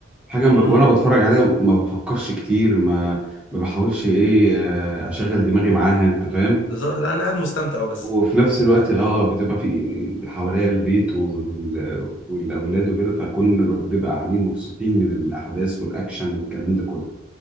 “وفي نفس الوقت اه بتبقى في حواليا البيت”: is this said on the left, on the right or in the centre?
Centre